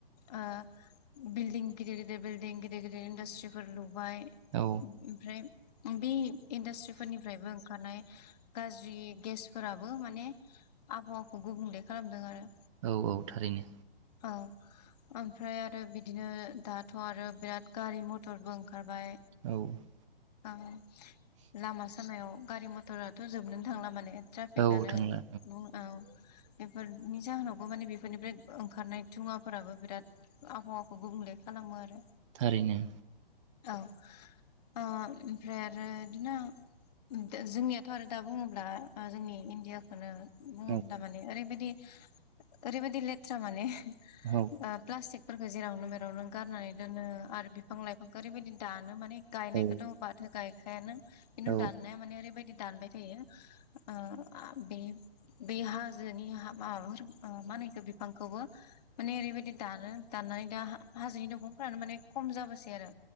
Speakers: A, on the left (about 40°); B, on the right (about 30°).
A: ओ बिल्डिं गिदिर गिदिर बिल्डिं गिदिर गिदिर इनदास्ट्रिफोर लुबाय बाय
B: औ
A: ओम-ओमफ्राय उम बे इन्डासट्रिफोरनिफ्रायबो ओंखारनाय गाज्रि गेस फोराबो माने आबहावाखौ गुबुंले खालामदों आरो।
B: औ औ थारैनो
A: औ ओमफ्राय आरो बिदिनो दाथ' आरो बिराद गारि मथरबो ओंखार बाय।
B: औ
A: आं लामा सामायाव गारि मथराथ' जोबनोनो थांला माने। ट्राफिकआनो
B: औ थांला
A: बुं औ बेफोरनि जाहोनावबो माने बेफोरनिफ्राय ओंखारनाय धुङाफोराबो बिराद आबहावाखौ गुबुंले खालामो आरो।
B: थारैनो।
A: औ, ओ ओमफ्राय आरो बिदिनो दो जोंनियाथ' आरो दा बुङोब्ला ओ जोंनि इण्डियाखोनो मह
B: औ
A: दा माने ओरैबायदि ओरैबायदि लेथ्रा माने
B: औ
A: ओ प्लासटिक फोरखो जेरावनो मेरावनो गारनानै दोनो आरो बिफां लाइफांखो ओरैबायदि दानो माने गायनायखोथ'
B: औ
A: बाद हो गाय खायानो।
B: औ
A: नाया माने ओरैबायदि दानबाय थायो ओ आ बे बे हाजोनि हा माबाफोर ओ मा होनो बेखो बिफांखोबो माने ओरैबायदि दानो दाननानै दा हा-हाजोनि दंफांफोरानो माने खम जाबासै आरो।